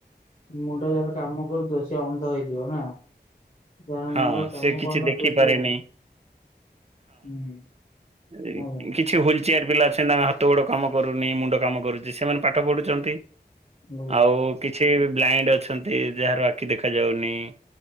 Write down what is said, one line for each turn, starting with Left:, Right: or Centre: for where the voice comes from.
Left: ମୁଣ୍ଡ ଯାର କାମ କରୁଥିବ ସିଏ ଅନ୍ଧ ହେଇଯିବ ନା। ଯାହା
Right: ହଁ
Left: ମୁଣ୍ଡ କାମ
Right: ସେ କିଛି
Left: କରୁନ
Right: ଦେଖିପାରେନି
Left: ଖୁସିି ଆ ହୁଁ।
Right: କିଛ।
Left: ଆଜ୍ଞା
Right: କିଛି ହୁଲଚେୟାର ପିଲା ଅଛନ୍ତି ତାଙ୍କ ହାତ ଗୋଡ଼ କାମ କରୁନି ମୁଣ୍ଡ କାମ କରୁଛି ସେମାନେ ପାଠ ପଢୁଛନ୍ତି।
Left: ଆଜ୍ଞା।
Right: ଆଉ କିଛି ବ୍ଲାଇଣ୍ଡ ଅଛନ୍ତି, ଯାହାର ଆଖି ଦେଖାଯାଉନି।